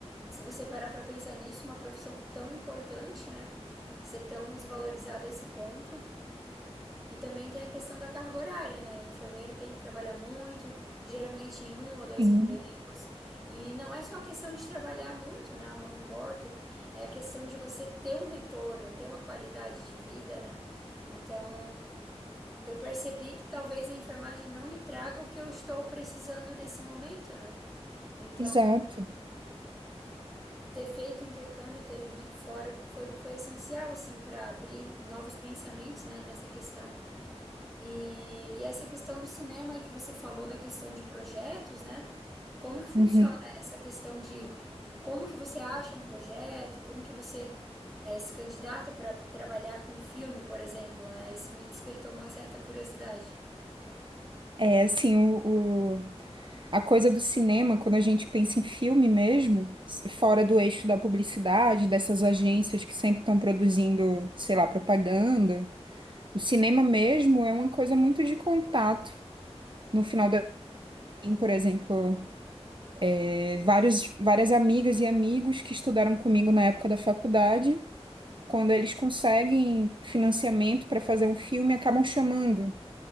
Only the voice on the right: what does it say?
sim.
Exato.
Uhum.
É assim, o, o- a coisa do cinema, quando a gente pensa em filme mesmo, s- fora do eixo da publicidade, dessas agências que sempre estão produzindo, sei lá, propaganda, o cinema mesmo é uma coisa muito de contato. No final da, por exemplo, é, vários, várias amigas e amigos que estudaram comigo na época da faculdade, quando eles conseguem financiamento para fazer um filme, acabam chamando.